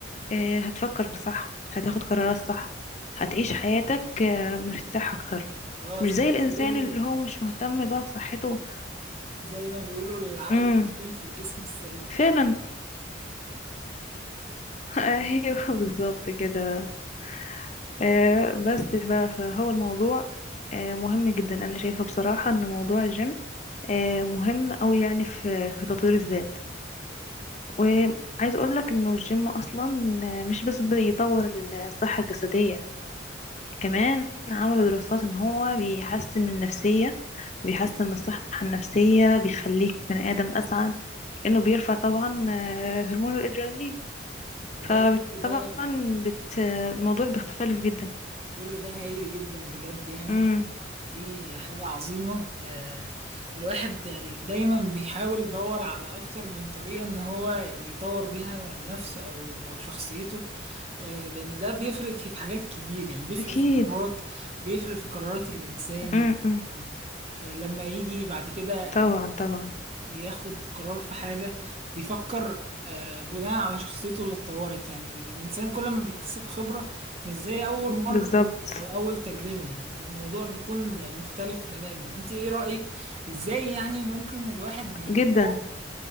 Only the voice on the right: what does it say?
اه
زي
ما
بيقولوا
زي ما بيقولوا العقل
السليم في الجسم السليم
والله
كل ده
كل ده هايل جدا بجد يعني
ودي حاجة عظيمة آه الواحد يعني دايما بيحاول يدور على أكتر من طريقة إن هو يطور بيها نفسه أو أو شخصيته آه لأن ده بيفرق في حاجات كتير يعني بيفرق
في قرارات بيفرق في قرارات الإنسان
آه آه، لما يجي بعد كده آه،
ياخد قرار في حاجة بيفكر آه، بناء على شخصيته اللي اتطورت يعني الإنسان كل ما بيكتسب خبرة مش زي أول مرة
أو أول تجربة يعني فالموضوع بيكون مختلف تماما أنت إيه رأيك إزاي يعني ممكن الواحد يطور